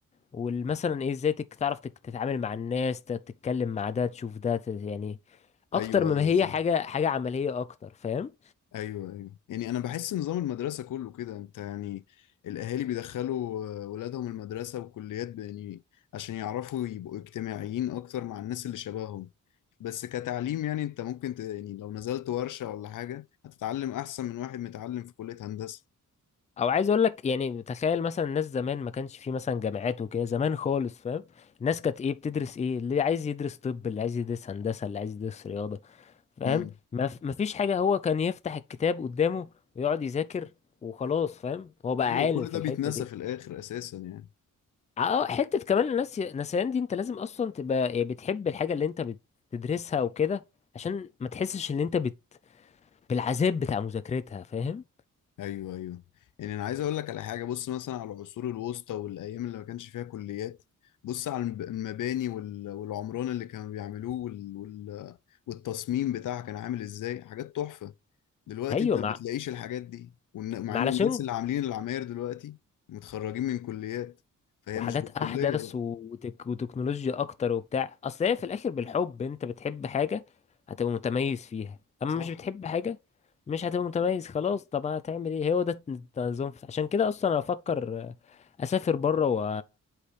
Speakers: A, on the left; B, on the left.
A: والمثلا ايه ازاي تك- تعرف تك- تتعامل مع الناس ت- تتكلم مع ده تشوف ده ت- يعني اكتر
B: أيوه
A: مما
B: أيوه
A: هي
B: صح
A: حاجة حاجة عملية اكتر فاهم
B: أيوه أيوه يعني أنا بحس نظام المدرسة كله كده أنت يعني الأهالي بيدخلوا آه، ولادهم المدرسة والكليات ب- يعني عشان يعرفوا يبقوا اجتماعيين أكتر مع الناس اللي شبههم بس كتعليم يعني أنت ممكن ت... يعني لو نزلت ورشة ولا حاجة هتتعلم أحسن من واحد متعلم في كلية هندسة
A: او عايز اقول لك يعني تخيل مثلا الناس زمان ما كانش في مثلا جامعات وكده زمان خالص فاهم الناس كانت ايه بتدرس ايه اللي عايز يدرس طب اللي عايز يدرس هندسة اللي عايز يدرس رياضة فاهم
B: امم
A: ما ف- ما فيش حاجة هو كان يفتح الكتاب قدامه ويقعد يذاكر وخلاص فاهم هو بقى
B: أيوه
A: عالم
B: كل
A: في
B: ده
A: الحتة
B: بيتنسى
A: دي
B: في الآخر أساسا يعني
A: اه آه، حتة كمان الناس نسيان دي انت لازم اصلا تبقى يعني بتحب الحاجة اللي انت بتدرسها وكده عشان ما تحسش ان انت بت... بالعذاب بتاع مذاكرتها فاهم
B: ايوه ايوه يعني انا عايز اقول لك على حاجه بص مثلا على العصور الوسطى والايام اللي ما كانش فيها كليات بص على المب- المباني وال- والعمران اللي كانوا بيعملوه وال... وال... والتصميم بتاعها كان عامل ازاي حاجات تحفه دلوقتي
A: ايوه
B: انت
A: مع
B: ما بتلاقيش الحاجات دي وإن- مع
A: ما
B: ان
A: علشان
B: الناس اللي عاملين العماير دلوقتي متخرجين من كليات فهي
A: وحاجات
B: مش بالكليه
A: احدث
B: بقى
A: وتك وتكنولوجيا اكتر وبتاع اصل هي في الاخر بالحب انت بتحب حاجه هتبقى متميز فيها اما
B: صح
A: مش بتحب حاجه مش هتبقى متميز خلاص طب هتعمل ايه هو ده الت- التنظيم في- عشان كده اصلا انا افكر آه، اسافر بره و...